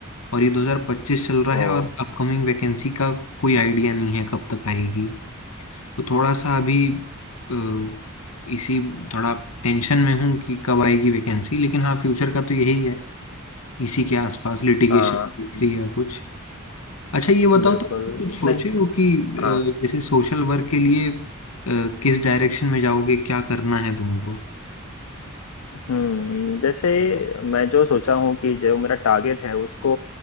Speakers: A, on the left; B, on the left.
A: और ये 2025 चल रहा है
B: ओ
A: और अपकमिंग वैकेंसी का कोई आइडिया नहीं है कब तक आएगी तो थोड़ा सा अभी अ, इसी थोड़ा टेंशन में हूँ कि कब आएगी वैकेंसी लेकिन हाँ फ्यूचर का तो यही है इसी के आसपास लिटिगेशन
B: हाँ
A: या कुछ अच्छा ये बताओ
B: बिल्कुल
A: तो तुम कुछ सोचे
B: नहीं
A: हो कि
B: हाँ
A: अ, जैसे सोशल वर्क के लिए अ, किस डायरेक्शन में जाओगे क्या करना है तुमको
B: हम्म जैसे मैं जो सोचा हूँ कि जो मेरा टारगेट है उसको